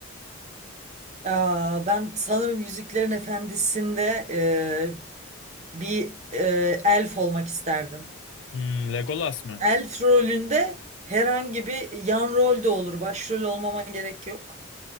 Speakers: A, on the right; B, on the left.
A: Aa, ben sanırım Yüzüklerin Efendisi'nde e, bir e, elf olmak isterdim.
B: Hmm, Legolas mı?
A: Elf rolünde herhangi bir yan rol de olur. Başrol olmama gerek yok.